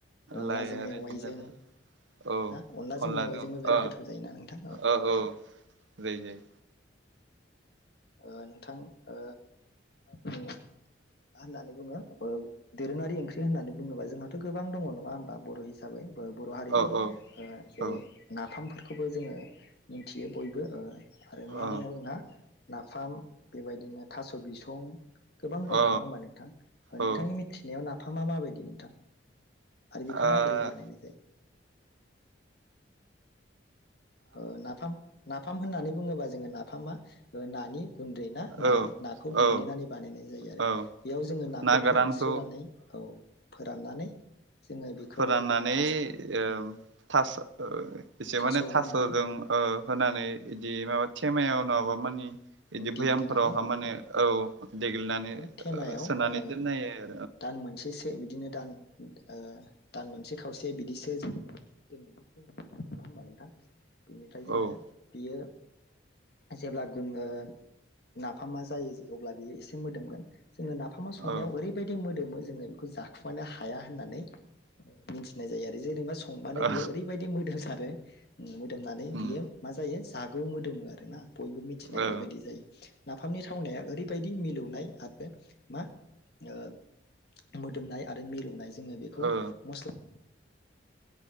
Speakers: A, on the left; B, on the right.
A: अनलाजों
B: लाइ आरो
A: मेवाइजों
B: बिदिनो औ
A: ना
B: अनलाजों
A: मेवाइजोंबो बिराद
B: ओ
A: गोथाव जायोना नोंथां
B: ओ औ जायो जायो
A: ओ नोंथां ओ मा होननानै बुङो ओ दोरोंङारि ओंख्रि होननानै बुङोबा जोंहाथ गोबां दङ नङा होमबा बर' हिसाबै बर हारिनि
B: औ औ
A: ओ जेरै
B: औ
A: नाफामफोर खौबो जोङो मिथियो बयबो ओ आरो मा
B: औ
A: दङ जोंहा नाफाम बेबायदिनो थास बिसं गोबां दं
B: औ
A: नङा होमबा नोंथां
B: ओ
A: नोंथांनि मिथिनायाव ना फामा मााबायदि नोंथां आरो बेखौ
B: आं
A: माबोरै बानायनाय जायो ओ नाफाम नाफाम होननानै बुङोबा जोङो नाफामा नानि गुन्दै ना
B: औ
A: ना नाखौ
B: औ
A: देग्लिनानै बानायनाय जायो आरो
B: औ
A: बेयाव जोङो नाखौ
B: ना गोरानखौ
A: फोरानस्रोनानै औ फोराननानै जोङो बेखौ
B: फोराननानै
A: थास
B: ओ
A: उम
B: थास' ओ एसे
A: थास'
B: माने थास'जों
A: होनानै
B: ओ होनानै बिदि माबा खेमायाव नङाबा मानि बिदि
A: देग्लिनानै
B: भैयामफोरावहा माने
A: उम
B: औ देग्लिनानै
A: थेमायाव
B: सोनानै
A: ओ
B: दोननायो
A: दान मोनसेसो बिदिनो दान ओ दान मोनसे खावसे बिदिसो दोननानै नङा होमबा नोंथां बिनिफ्राय जोङो
B: ओं
A: बियो जेब्ला गुन ओ नाफामा जायो अब्ला बियो एसे मोदोमगोन जोङो नाफामा संनायाव
B: औ
A: ओरै मोदोमो जोङो बेखौ जाखोमानो हाया होननानै मिथिनाय जायो आरो जेरै बा स संबानो
B: औ
A: बियो ओरैबायदि मोदोमसारो ओम मो दोमनानै
B: उम
A: बियो मा जायो जागौ मोदोमो आरो आरोना बयबो मिथिनाय
B: ओ
A: बेबायदि जायो नाफामनि थावनाया ओरैबायदि मिलौनाय आरो मा ओ मोदोमनाय आरो मिलु नाय जोङो बेखौ
B: ओ
A: मस्ला